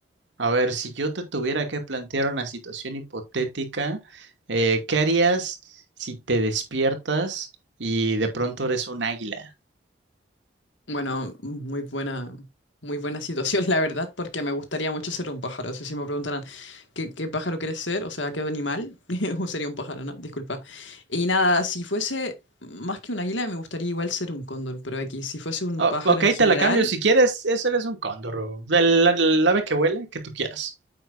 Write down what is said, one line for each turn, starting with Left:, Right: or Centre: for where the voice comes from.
Right: a ver, si yo te tuviera que plantear una situación hipotética, eh, ¿qué harías si te despiertas y de pronto eres un águila?
Left: Bueno, muy buena, muy buena situación, <laughs> la verdad, porque me gustaría mucho ser un pájaro. O sea, si me preguntaran qué, qué pájaro quieres ser, o sea, qué animal, <laughs> sería un pájaro, ¿no? Disculpa. Y nada, si fuese más que un águila, me gustaría igual ser un cóndor, pero aquí, si fuese un
Right: Oh,
Left: pájaro
Right: ok,
Left: en general,
Right: te la cambio si quieres, eso eres un cóndor, o el, el ave que huele, que tú quieras.